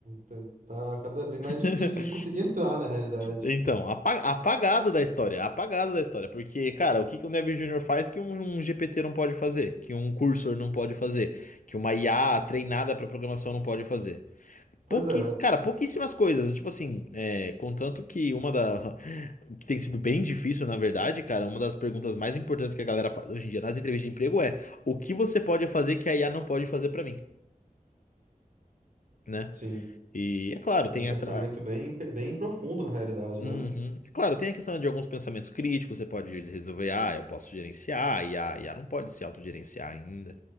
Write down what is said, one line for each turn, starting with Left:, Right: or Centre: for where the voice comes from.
Right: Tá tá cada vez mais difícil
Left: <laughs>
Right: de conseguir entrar na realidade.
Left: Então, apa- apagado da história, apagado da história, porque, cara, o que que um Dev Júnior faz que um, um GPT não pode fazer, que um cursor não pode fazer, que uma IA treinada para programação não pode fazer?
Right: Pois
Left: Pouquíss...
Right: é,
Left: Cara, pouquíssimas coisas. Tipo assim, é, contanto que uma da. <laughs> que tem sido bem difícil, na verdade, cara, uma das perguntas mais importantes que a galera faz hoje em dia nas entrevistas de emprego é: o que você pode fazer que a IA não pode fazer pra mim, né?
Right: sim.
Left: E é claro,
Right: E
Left: tem
Right: é um pensamento
Left: atra...
Right: bem, bem profundo na realidade,
Left: Uhum.
Right: né?
Left: é Claro, tem a questão de alguns pensamentos críticos, você pode resolver, ah, eu posso gerenciar, e a IA, a não pode se autogerenciar ainda.